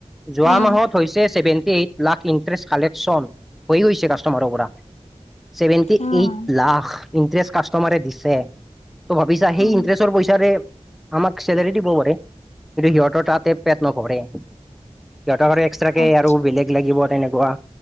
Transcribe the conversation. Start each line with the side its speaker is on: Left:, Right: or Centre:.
Centre: যোৱা
Left: উম
Centre: মাহত হৈছে ছেভেন্টি এইট লাখ ইন্টাৰেষ্টে কালেকচন। ছেভেন্টি
Left: উম
Centre: এইট লাখ ইন্টাৰেষ্টে কাষ্টমাৰে দিছে। ত' ভাবিছা সেই
Left: উম
Centre: ইন্টাৰেষ্টৰ পইচাৰে আমাক চেলাৰী দিব পাৰে। কিন্তু সিহঁতৰ তাতে পেট নভৰে সিহঁতৰ এক্সট্ৰাক কে
Left: আচ্ছা
Centre: আৰু বেলেগ লাগিব তেনেকুৱা